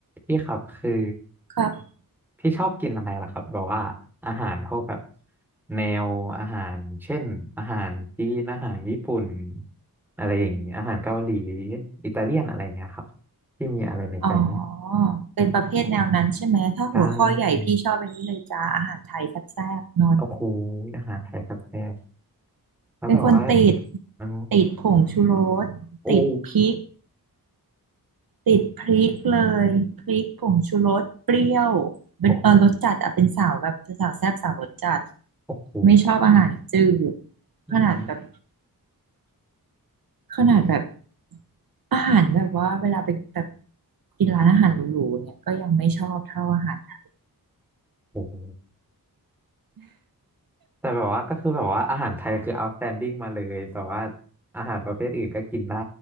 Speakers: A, in the centre; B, on the right.
A: พี่ครับคือ
B: ครับ
A: พี่ชอบกินอะไรล่ะครับแบบว่าอาหารพวกแบบแนวอาหารเช่นอาหารจีนอาหารญี่ปุ่นอะไรอย่างนี้อาหารเกาหลีอิตาเลียนอะไรอย่างเงี้ยครับพี่มีอะไรในใจไหม
B: อ๋อเป็นประเภทแนวนั้นใช่ไหม ถ้าหัวข้อใหญ่พี่ชอบอันนี้เลยจ้า
A: ใช่
B: อาหารไทยแซ่บๆนัว
A: โอ้โหอาหารไทยครับแซ่บๆแล้วแบบว่า
B: ๆเป็นคนติด
A: อ๋อ
B: ติดผงชูรสติดพริก
A: โอ้
B: ติดพริกเลยพริกผงชูรส เปรี้ยวเป็นเออรสจัดอะเป็นสาวแบบสาวแซ่บสาวรสจัด
A: โอ้โหโอ้โห
B: ไม่ชอบอาหารจืด
A: อืม
B: ขนาดแบบขนาดแบบอาหารแบบว่าเวลาไปแบบกินร้านอาหารหรูๆเนี่ยก็ยังไม่ชอบเท่าอาหารไทย
A: โอ้โห แต่แบบว่าก็คือแบบว่าอาหารไทยคือ outstanding มาเลยแต่ว่าอาหารประเภทอื่นก็กินได้